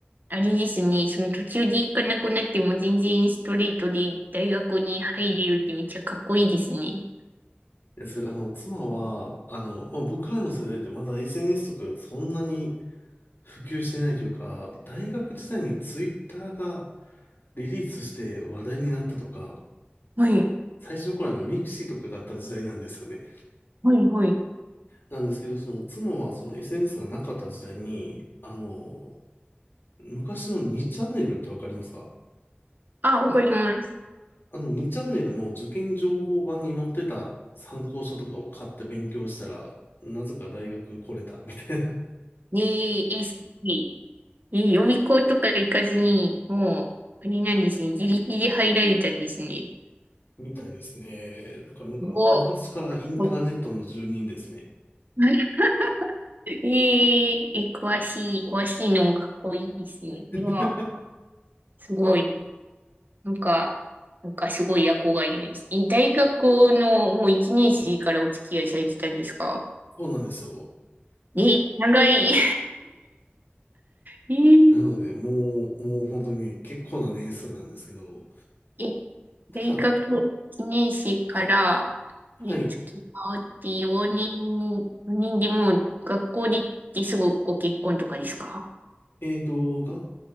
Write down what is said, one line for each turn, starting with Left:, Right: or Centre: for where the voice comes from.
Right: あれですね、その途中で行かなくなっても全然ストレートで大学に入れるってめっちゃかっこいいですね。
Left: いや、それ、あの、妻は、あの、まあ、僕らの世代ってまだ SNS とかがそんなに普及してないというか、大学時代にツイッターがリリースして話題になったとか、
Right: はい、
Left: 最初の頃あの、ミクシーとかがあった時代なんですよね。
Right: はい、はい。
Left: なんですけど、その妻はその SNS がなかった時代に、あの、昔の2チャンネルってわかりますか
Right: あ、わかります。
Left: あの2チャンネルの受験情報版に載ってた参考書とかを買って勉強したら、なぜか大学来れたみたいな、
Right: で、え、すごいえ、予備校とか行かずに、もう、あれなんですね。自力で入られたんですね。
Left: <laughs> みたいですね。だからなんか昔からインターネットの住人ですね。
Right: お、お <laughs> えー、え、詳しい、詳しいのもかっこいいですね。
Left: <laughs>
Right: いや、すごい、なんか、なんかすごい憧れます。え、大学のもう一年生からお付き合いされてたんですか
Left: そうなんですよ。
Right: え、長い。<laughs> えー、
Left: なので、もう、もう本当に結構な年数なんですけど、
Right: え
Left: ただ、
Right: 大学1年生からに付き合って4人、
Left: はい。
Right: 4人でもう学校で行ってすぐご結婚とかですか
Left: えっと、が